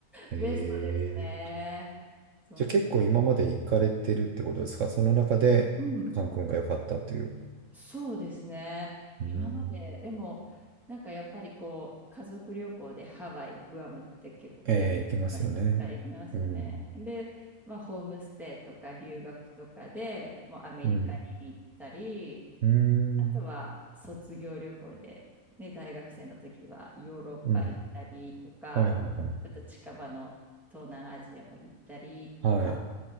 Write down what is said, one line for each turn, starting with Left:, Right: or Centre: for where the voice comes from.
Right: ええ
Centre: ベストですね。そんな感じ。
Right: じゃあ結構今まで行かれてるってことですかその中で、
Centre: うん。
Right: カン君が良かったという。
Centre: そうですね。
Right: うーん
Centre: 今まで、でも、なんかやっぱりこう、家族旅行でハワイ、グアムって結構定番じゃないですか、
Right: ええ、いきますよね。
Centre: 行きますよね。
Right: うん。
Centre: で、まあ、ホームステイとか留学とかでもうアメリカに行ったり、
Right: うん。うーん。
Centre: あとは卒業旅行で、ね、大学生の時はヨーロッパ行ったりとか、
Right: うん。はいはいはい。
Centre: ちょっと近場の東南アジアも行ったりとか、
Right: はい。